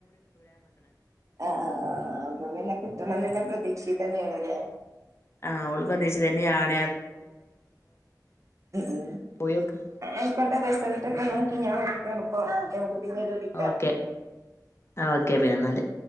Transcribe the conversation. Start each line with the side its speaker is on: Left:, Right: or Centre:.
Right: ആ ആ അതൊങ്ങനെ കിട്ടണം എന്നല്ലെ പ്രതീക്ഷിക്ക തന്നെയാണ അല്ലേ
Left: ആഹ് ഉളു പ്രതീശ തന്നെയ
Right: ഉ
Left: പോയോക്ക്
Right: എക്കട്ട റിസോർട്ടക്കണ <unintelligible> പിന്നീട് കുടിക്ക
Left: ഓക്കെ ആ ഓക്കെ പിന്നെ എന്നാല്